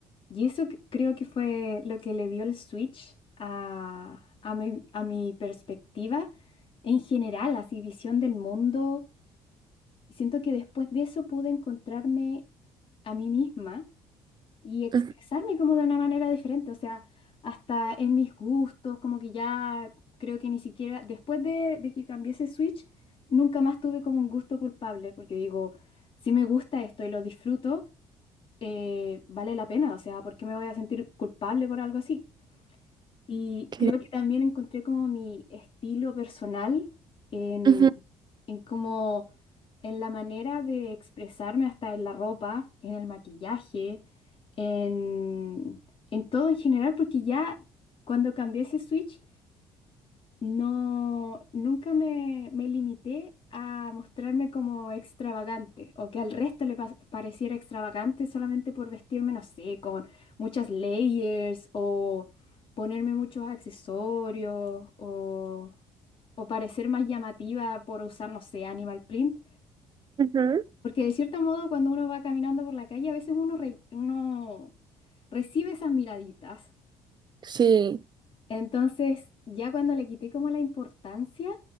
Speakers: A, on the left; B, on the right.
A: Y eso c- creo que fue lo que le dio el switch a, a mi, a mi perspectiva en general, así visión del mundo. Y siento que después de eso pude encontrarme a mí misma y expresarme
B: Ujú,
A: como de una manera diferente, o sea, hasta en mis gustos, como que ya creo que ni siquiera, después de, de que cambié ese switch, nunca más tuve como un gusto culpable, porque digo, si me gusta esto y lo disfruto eh, vale la pena, o sea, ¿por qué me voy a sentir culpable por algo así? Y
B: cla-
A: creo que también encontré como mi estilo personal en,
B: ujú,
A: en como en la manera de expresarme hasta en la ropa, en el maquillaje, en, en todo en general, porque ya cuando cambié ese switch no, nunca me, me limité a mostrarme como extravagante o que al resto le pa- pareciera extravagante solamente por vestirme, no sé, con muchas layers o ponerme muchos accesorios o, o parecer más llamativa por usar, no sé, animal print.
B: ujú,
A: Porque de cierto modo cuando uno va caminando por la calle a veces uno, re- uno recibe esas miraditas.
B: Sí.
A: Entonces, ya cuando le quité como la importancia